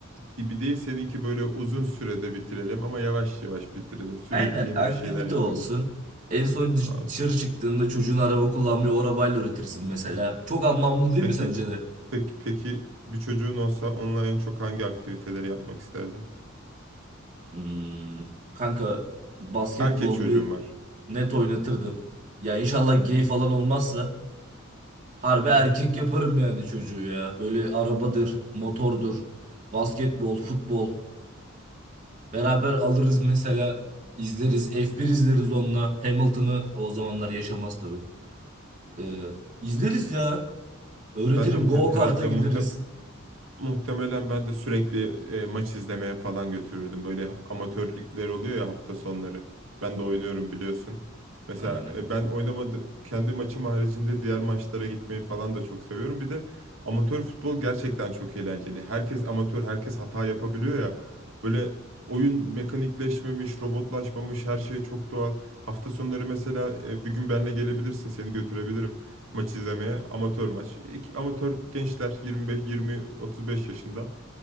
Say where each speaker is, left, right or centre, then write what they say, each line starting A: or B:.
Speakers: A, on the right; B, on the right.
A: gibi değil. Seninki böyle uzun sürede bitirelim ama yavaş yavaş bitirelim. Sürekli
B: Aynen
A: yeni
B: aktivite
A: bir şeyler yapalım.
B: olsun. En son dış-
A: Aa,
B: dışarı
A: çok
B: çıktığında
A: iyi.
B: çocuğun araba kullanmayı o arabayla öğretirsin
A: Hı
B: mesela.
A: hı.
B: Çok anlamlı değil
A: Peki
B: mi sence de?
A: peki peki bir çocuğun olsa onunla en çok hangi aktiviteleri yapmak isterdin?
B: Hmm, kanka basketbol
A: Erkek çocuğum
B: bir
A: var.
B: net oynatırdım. Ya inşallah
A: Hı hı.
B: gay falan olmazsa harbi erkek
A: <laughs>
B: yaparım yani çocuğu ya. Böyle arabadır, motordur, basketbol, futbol. Beraber alırız mesela izleriz. F1 izleriz onunla. Hamilton'ı o zamanlar yaşamaz tabii. Ee, izleriz ya. Öğretirim.
A: Ben de mu-
B: Go
A: herhalde
B: kart'a gideriz.
A: muhtem Muhtemelen ben de sürekli e, maç izlemeye falan götürürdüm. Böyle amatörlükler oluyor ya hafta sonları. Ben de oynuyorum biliyorsun. Mesela
B: Aynen.
A: e, ben oynamadı kendi maçım haricinde diğer maçlara gitmeyi falan da çok seviyorum. Bir de amatör futbol gerçekten çok eğlenceli. Herkes amatör, herkes hata yapabiliyor ya. Böyle oyun mekanikleşmemiş, robotlaşmamış, her şey çok doğal. Hafta sonları mesela e, bir gün benle gelebilirsin, seni götürebilirim maç izlemeye. Amatör maç. İki, amatör gençler 25, 20, 35 yaşında